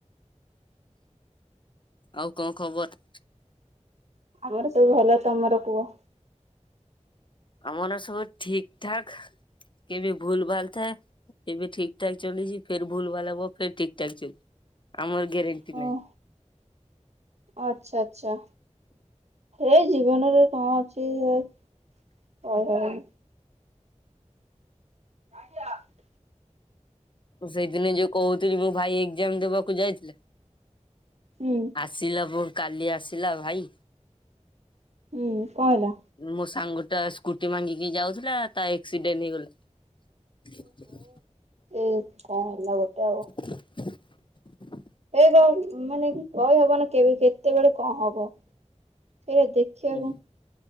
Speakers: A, on the left; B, on the right.
A: ଆଉ କଣ ଖବର?
B: ଆମର ସବୁ ଭଲ ତମର କୁହ।
A: ଆମର ସବୁ ଠିକ ଠାକ କେ ବି ଭୁଲ ଭାଲ ଥାଏ ଏବେ ଠିକ ଠାକ ଚଲିଚି ଫେର ଭୁଲ ଭାଲ ହବ ଫେର ଠିକ ଠାକ ଚାଲିବ ଆମର ଗ୍ୟାରେଣ୍ଟି
B: ଓ
A: ନାହିଁ।
B: ଆଚ୍ଛା ଆଚ୍ଛା। ହେଇ ଜୀବନରେ କଣ ଅଛି ଯେ କହିହବନି। <unintelligible>
A: ମୁଁ ସେଇଦିନ ଯୋଉ କହୁଥିଲି ମୋ ଭାଇ ଏକ୍ଜାମ ଦବାକୁ ଯାଇଥିଲେ।
B: ହୁଁ
A: ଆସିଲା ପୁଣି କାଲି ଆସିଲା ଭାଇ।
B: ହୁଁ କଣ ହେଲା।
A: ମୋ ସାଙ୍ଗ ଟା ସ୍କୁଟି ମାଗିକି ଯାଉଥିଲା ତା ଏକ୍ସିଡେଣ୍ଡ ହେଇଗଲା। <unintelligible>
B: ଏଇ କଣ ହେଲା ଗୋଟେ ଆଉ।
A: <unintelligible>
B: ଏ ଯଉ ମାନେ କହିହବନୀ କେବେ କେତେବେଳେ କଣ ହବ। ସେଇରା ଦେଖିବାକୁ
A: ହୁଁ।